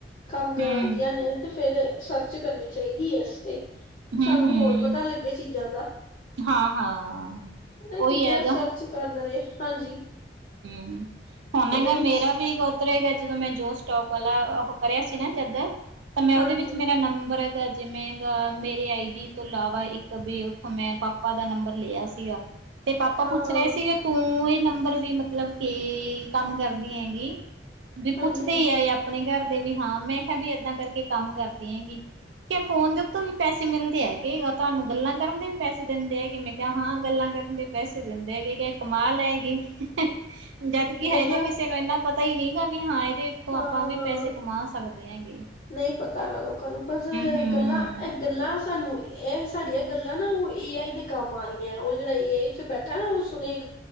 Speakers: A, on the left; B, on the right.
A: ਕੰਮ ਕਰਾਦੀਆਂ
B: ਹੂੰ
A: ਨੇ ਤੇ, ਫਿਰ ਸਰਚ ਕਰਨੀ ਚਾਹੀਦੀ ਹੈ ਇਸ ਤੇ
B: ਹੂੰ
A: ਸਾਨੂੰ
B: ਹੂੰ
A: ਹੋਰ ਪਤਾ ਲੱਗੇ ਚੀਜ਼ਾਂ ਦਾ
B: ਹਾਂ ਹਾਂ
A: ਪਤਾ
B: ਉਹੀ
A: ਕੀ ਜਿਹੜਾ
B: ਹੈਗਾ।
A: ਸਰਚ ਕਰਦਾ ਰਹੇ। ਹਾਂਜੀ
B: ਹਮ ਹੁਣ
A: ਪਤਾ
B: ਹੈਗਾ
A: ਨਹੀਂ
B: ਮੇਰਾ ਵੀ ਉੱਧਗਾ ਜਦੋਂ ਮੈਂ ਜੋ ਸਟੋਕ ਵਾਲਾ <inaudible> ਉਹ ਕਰਿਆ ਸੀ ਨਾ ਜਦ। ਤਾਂ ਮੈਂ
A: ਹਾਂਜੀ
B: ਉਹਦੇ ਵਿੱਚ ਮੇਰਾ ਨੰਬਰ ਜਿਵੇਂ ਗ ਮੇਰੀ ਆਈ ਡੀ ਤੋਂ ਇਲਾਵਾ ਇੱਕ ਵੀ ਉੱਥੋਂ ਮੈਂ ਪਾਪਾ ਦਾ ਨੰਬਰ ਲਿਆ ਸੀਗਾ ਤੇ ਪਾਪਾ
A: ਹਾਂ
B: ਪੁੱਛ ਰਹੇ ਸੀਗੇ ਤੂੰ ਇਹ ਨੰਬਰ ਵੀ ਮਤਲਬ ਕੇ ਕੰਮ ਕਰਦੀ ਹੈਗੀ ਵੀ
A: ਹਾਂਜੀ
B: ਪੁੱਛਦੇ
A: ਹਾਂਜੀ
B: ਹੀ ਆ ਆਪਣੇ ਘਰ ਵੀ ਹਾਂ ਮੈਂ ਕਿਹਾ ਵੀ ਏਦਾਂ ਕਰਕੇ ਕੰਮ ਕਰਦੀ ਹੈਂਗੀ ਕ ਫੋਨ ਦੇ ਉੱਤੋਂ ਵੀ ਪੈਸੇ ਮਿਲਦੇ ਹੈਗੇ ਤੁਹਾਨੂੰ ਗੱਲਾਂ ਕਰਨ ਦੇ ਵੀ ਪੈਸੇ ਦਿੰਦੇ ਹੈ ਕਿ ਮੈਂ ਕਿਹਾ ਹਾਂ ਗੱਲਾਂ ਕਰਨ ਦੇ ਪੈਸੇ ਦਿੰਦੇ ਹੈ ਕਿ ਕਮਾਲ ਹੈ। ਕਿ ਹੈ। ਜਦਕਿ
A: ਗੱਲਾਂ
B: ਹੈ ਤਾਂ ਕਿਸੇ ਨੂੰ ਇੰਨਾ ਪਤਾ ਹੀ ਨਹੀਂ ਗਾ ਵੀ ਹਾਂ ਇਹ ਏਦੇ ਤੋਂ
A: ਹਾਂ
B: ਆਪਾਂ ਵੀ ਪੈਸੇ ਕਮਾ ਸਕਦੇ ਹੈਂਗੇ।
A: ਨਹੀਂ ਪਤਾ ਹੈਗਾ ਲੋਕਾਂ ਨੂੰ ਪਰ
B: ਹੂੰ
A: ਗੱਲਾਂ ਇਹ ਗੱਲਾਂ ਸਾਨੂੰ ਇਹ ਸਾਡੀਆਂ ਗੱਲਾਂ ਨਾ ਉਹ ਏ ਆਈ ਦੇ ਕੰਮ ਆਉਣ ਹੈ ਉਹ ਜਿਹੜਾ ਏ ਆਈ ਇਥੇ ਬੈਠਾ ਨਾ ਉਹ ਸੁਣੇ